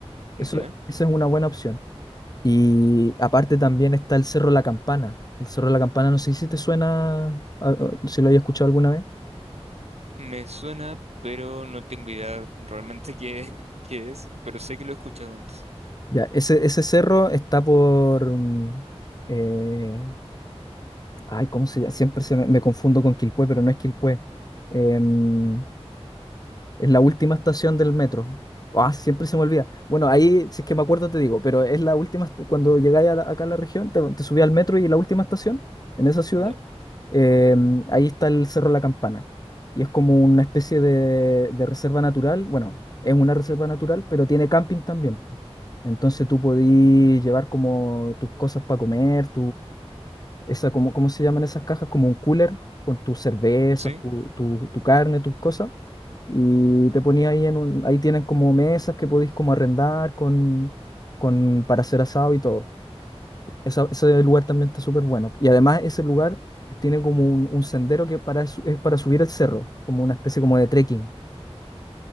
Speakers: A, on the left (about 35°); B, on the right (about 80°).
A: Eso,
B: ya.
A: esa es una buena opción. Y aparte también está el Cerro La Campana. El Cerro La Campana, no sé si te suena, a- a- si lo hayas escuchado alguna vez.
B: Me suena, pero no tengo idea realmente qué, <laughs> qué es, pero sé que lo he escuchado antes.
A: Ya, ese, ese cerro está por... mm, eh, ay, ¿cómo se llama? Siempre se me, me confundo con Quilpué, pero no es Quilpué. Em, Es la última estación del metro. Ah, siempre se me olvida. Bueno, ahí, si es que me acuerdo, te digo, pero es la última, est- cuando llegáis a la- acá a la región, te, te subí al metro y la última estación, en esa ciudad,
B: ¿Ya?
A: eh, ahí está el Cerro La Campana. Y es como una especie de, de reserva natural. Bueno, es una reserva natural, pero tiene camping también. po. Entonces tú podís llevar como tus cosas para comer, esa, cómo ¿cómo se llaman esas cajas? Como un cooler con tus cervezas,
B: Sí,
A: tu, tu, tu carne, tus cosas. Y te ponía ahí en un, ahí tienen como mesas que podéis como arrendar con, con, para hacer asado y todo. Esa- ese lugar también está súper bueno. Y además ese lugar tiene como un, un sendero que para, su- es para subir el cerro, como una especie como de trekking.